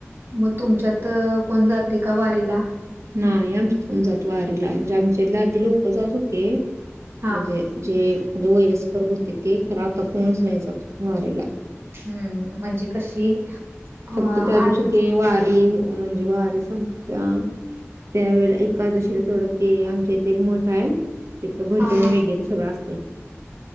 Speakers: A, on the right; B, on the right.
A: मग तुमच्यात अ कोण जाते का वारीला?
B: नाही आमच्यात कोन जात वारीला, म्हणजे आमच्यात आधी लोकं जात होते,
A: हा
B: म्हणजे जे म्हणजे वयस्कर होते ते, खरं आता कोणच नाही जात वारीेला.
A: हम्म म्हणजे कशी हा
B: फक्त त्या दिवशी
A: आद
B: ते वारी म्हणजे वारी संपत्या त्यावेेळेला एकादशीला तेवढं ते, आमच्या इथे एक मठ हाय. तिथं भजन
A: हा हा
B: वगैरे सगळं असतंय.